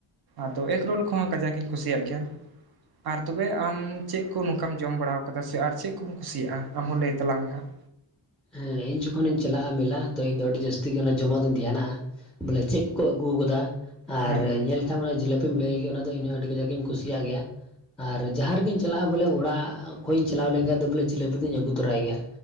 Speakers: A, on the right; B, in the centre.
A: ᱟᱫᱚ ᱮᱜᱽᱨᱳᱞ ᱠᱚᱦᱚᱸ ᱠᱟᱡᱟᱠ ᱤᱧ ᱠᱩᱥᱤᱭᱟᱜ ᱜᱮᱭᱟ᱾ ᱟᱨ ᱛᱚᱵᱮ ᱟᱢ ᱪᱮᱫ ᱠᱚ ᱱᱚᱝᱠᱟᱢ ᱡᱚᱢ ᱵᱟᱲᱟ ᱠᱟᱫᱟ ᱥᱮ ᱟᱨ ᱪᱮᱫ ᱠᱚᱢ ᱠᱩᱥᱤᱭᱟᱜᱼᱟ ᱟᱢᱦᱚᱸ ᱞᱟᱹᱭ ᱛᱟᱞᱟᱝ ᱢᱮ ᱦᱟᱸᱜ᱾
B: ᱦᱮᱸ ᱤᱧ ᱡᱚᱠᱷᱚᱱᱤᱧ ᱪᱟᱞᱟᱜᱼᱟ ᱢᱮᱞᱟ ᱛᱚ ᱤᱧ ᱫᱚ ᱟᱹᱰᱤ ᱡᱟᱹᱥᱛᱤ ᱜᱮ ᱡᱚᱢᱟᱜ ᱫᱚᱧ ᱫᱷᱮᱱᱟᱜᱼᱟ᱾ ᱵᱚᱞᱮ ᱪᱮᱫ ᱠᱚ ᱠᱚ ᱟᱹᱜᱩᱣᱠᱟᱫᱟ ᱟᱨ
A: ᱦᱩᱸ
B: ᱧᱮᱞ ᱠᱷᱟᱢ ᱚᱱᱮ ᱡᱤᱞᱟᱹᱯᱤ ᱞᱟᱹᱭ ᱜᱮ ᱚᱱᱟ ᱫᱚ ᱤᱧᱦᱚᱸ ᱟᱹᱰᱤᱼᱼ ᱠᱟᱡᱟᱠ ᱤᱧ ᱠᱩᱥᱤᱭᱟ ᱜᱮᱭᱟ ᱟᱨ ᱡᱟᱸᱦᱟ ᱨᱮᱜᱤᱧ ᱪᱟᱞᱟᱜᱼᱟ ᱵᱚᱞᱮ ᱚᱲᱟᱜ ᱠᱷᱚᱱ ᱤᱧ ᱪᱟᱞᱟᱣ ᱞᱮᱱᱠᱷᱟᱱᱡ ᱫᱚ ᱵᱚᱞᱮ᱾ ᱪᱤᱞᱟᱹᱯᱤ ᱫᱩᱧ ᱟᱹᱜᱩ ᱛᱚᱨᱟᱭ ᱜᱮᱭᱟ᱾